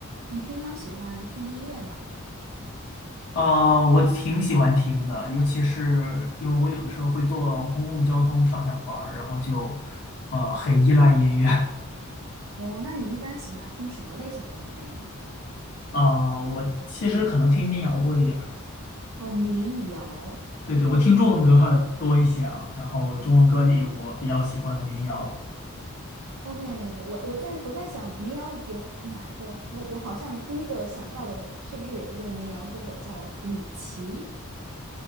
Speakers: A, on the right; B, on the left.
A: 你平常喜欢听音乐吗？
B: 呃，我挺喜欢听的，尤其是因为我有的时候会坐公共交通上下班儿，然后就呃很依赖音乐。<laughs>
A: 哦，那你一般喜欢听什么类型的音乐呢？
B: 啊。我其实可能听民谣多一点儿，
A: 哦，民谣。
B: 对对，我听中文歌多一些啊。然后中文歌里我比较喜欢民谣
A: OK，我我我在我在想民谣有哪一个？我我好像第一个想到的是不是有一个民谣歌手叫李琦？